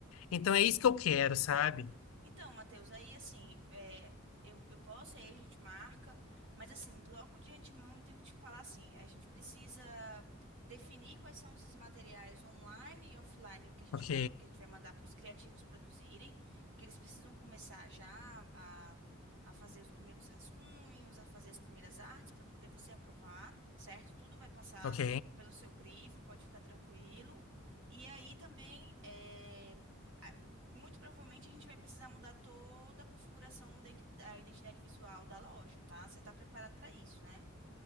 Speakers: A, on the left; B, on the right.
A: Então é isso que eu quero, sabe?
B: Então, Matheus, aí assim, é, eu, eu posso, aí a gente marca, mas assim, logo de antemão eu tenho que te falar assim, a gente precisa definir quais são esses materiais online e offline que a gente
A: Ok,
B: vai, que a gente vai mandar para os criativos produzirem, porque eles precisam começar já a, a fazer os primeiros rascunhos, a fazer as primeiras artes para poder você aprovar, certo? Tudo vai passar
A: ok.
B: pelo seu crivo, pode ficar tranquilo. E aí também, é muito provavelmente a gente vai precisar mudar toda a configuração da iden- da identidade visual da loja, tá? Você tá preparado para isso, né?